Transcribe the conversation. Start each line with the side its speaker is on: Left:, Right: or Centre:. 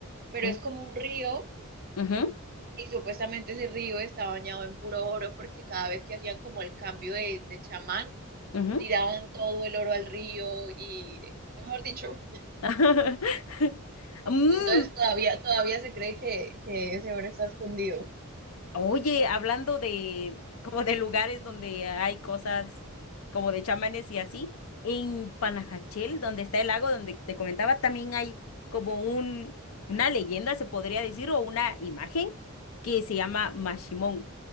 Right: pero
Left: Mm,
Right: es como un río
Left: ujú,
Right: y supuestamente ese río está bañado en puro oro porque cada vez que hacían como el cambio de, de chamán,
Left: ujú.
Right: tiraban todo el oro al río y, mejor dicho,
Left: <laughs> Mm,
Right: entonces todavía, todavía se cree que, que ese oro está escondido.
Left: Oye, hablando de como de lugares donde hay cosas como de chamanes y así, en Panajachel, donde está el lago donde te comentaba, también hay como un una leyenda, se podría decir, o una imagen que se llama Mashimón.